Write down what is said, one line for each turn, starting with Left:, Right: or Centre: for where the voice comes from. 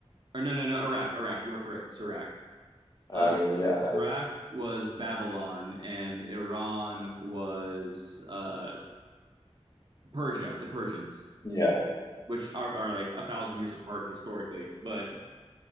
Right: Or no, no, no, Iraq, Iraq. You are correct. It's Iraq.
Left: I
Right: Uh,
Left: mean, yeah, I,
Right: Iraq was Babylon, and Iran was uh, Persia, the Persians,
Left: yeah,
Right: which are, are like a thousand years apart historically. But